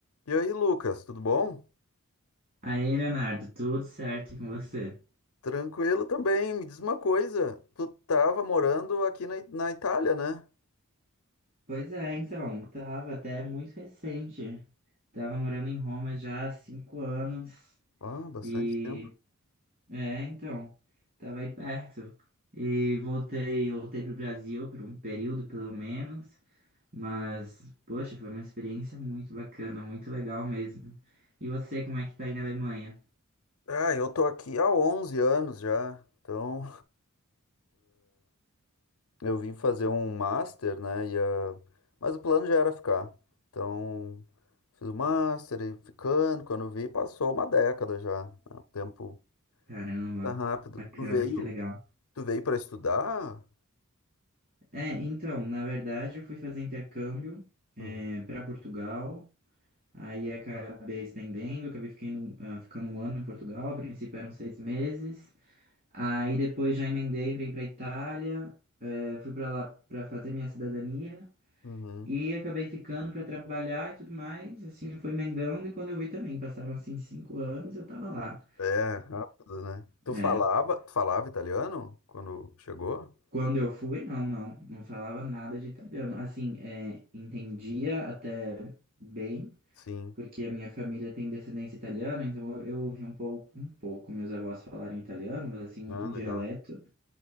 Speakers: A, on the left (about 75°); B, on the right (about 45°).
A: E aí, Lucas, tudo bom?
B: Aí, Leonardo, tudo certo e com você?
A: Tranquilo também. Me diz uma coisa, tu tava morando aqui na, I- na Itália, né?
B: Pois é, então, tava até muito recente. Tava morando em Roma já há cinco anos
A: Ah, bastante
B: e
A: tempo.
B: é, então, tava aí perto. E voltei, voltei pro Brasil por um período pelo menos, mas poxa, foi uma experiência muito bacana, muito legal mesmo. E você, como é que tá aí na Alemanha?
A: Ah, eu tô aqui há 11 anos já. Então, <laughs> eu vim fazer um master, né? E, ah, mas o plano já era ficar. Então, fiz o master e ficando. Quando vi, passou uma década já. né? O tempo
B: Caramba,
A: tá rápido.
B: bacana,
A: Tu veio,
B: que legal.
A: tu veio para estudar?
B: É, então, na verdade, eu fui fazer intercâmbio
A: Hum,
B: para Portugal, aí acabei estendendo, acabei ficando, ah, ficando um ano em Portugal, a princípio eram seis meses, aí depois já emendei para ir para Itália, eh, fui para lá para fazer minha cidadania
A: Uhum.
B: e acabei ficando para trabalhar e tudo mais, assim, fui emendando e quando eu vi também, passaram assim cinco anos, eu tava lá,
A: É, rápido, né? Tu
B: né?
A: falava, tu falava italiano quando chegou?
B: Quando eu fui, não, não, não falava nada de italiano, assim, eh, entendia até bem
A: Sim.
B: porque a minha família tem descendência italiana, então eu, eu ouvi um pouco, um pouco meus avós falarem italiano, mas assim, muito
A: Ah,
B: um dialeto,
A: legal.